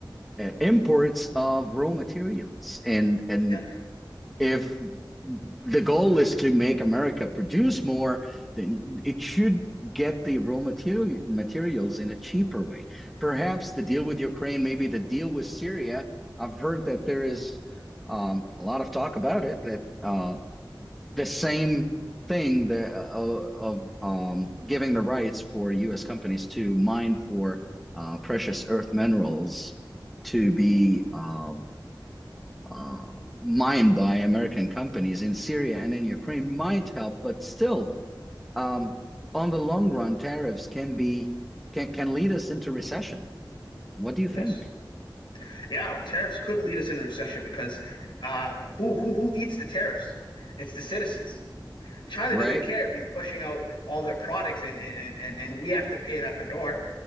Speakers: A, in the centre; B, on the left.
A: uh, imports of raw materials and and
B: Yeah.
A: if the goal is to make America produce more, then it should get the raw material, materials in a cheaper way. Perhaps the
B: hmm
A: deal with Ukraine, maybe the deal with Syria. I've heard that there is um, a lot of talk about it that uh, the same thing that, uh, of um, giving the rights for U.S. companies to mine for uh, precious earth minerals to be
B: hmm
A: um, uh, mined by American companies in Syria and in Ukraine might help, but still, um, on the long run, tariffs can be can can lead us into recession. What do you
B: Yes.
A: think?
B: Yeah. Tariffs could lead us into recession because uh, who who who eats the tariffs? It's the citizens. China
A: Right?
B: doesn't care if he's pushing out all their products and and and and and we have to pay it out the door.